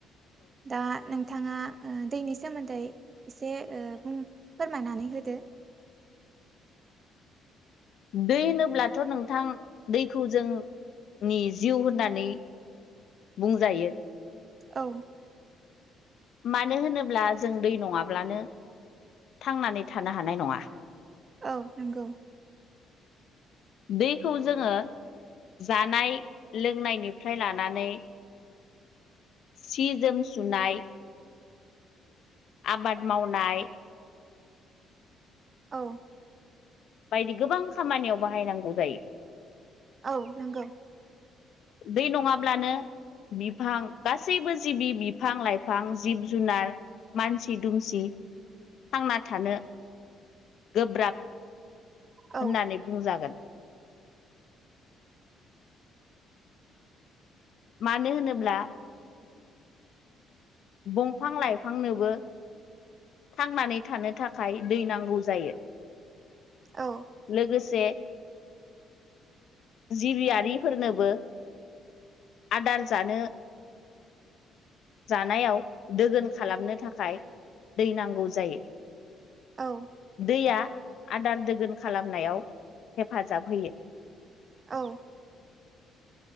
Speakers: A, on the right (about 40°); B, on the left (about 65°).
A: दा नोंथाङा ओ दैनि सोमोन्दै एसे बुं ओ फोरमायनानै होदो।
B: दै होनोब्लाथ' नोंथां दैखौ जों नि जिउ होननानै बुंजायो।
A: औ
B: मानो होनोब्ला जों दै नङाब्लानो थांनानै थानो हानाय नङा।
A: औ नंगौ।
B: दैखौ जोङो जानाय लोंनायनिफ्राय लानानै सि जोम सुनाय आबाद मावनाय
A: औ
B: बायदि गोबां खामानियाव बाहायनांगौ जायो।
A: औ नंगौ।
B: दै नङाब्लानो बिफां गासैबो जिबि बिफां लाइफां जिब जुनार मानसि दुमसि थांना थानो गोब्राब होननानै
A: औ
B: बुंजागोन। मानो होनोब्ला बंफां लाइफांनोबो थांनानै थानो थाखाय दै नांगौ जायो।
A: औ
B: लोगोसे जिबियारिफोरनोबो आदार जानो जा नायाव दोगोन खालामनो थाखाय दै नांगौ जायो।
A: औ
B: दैया आदार दोगोन खालामनायाव हेफाजाब होयो।
A: औ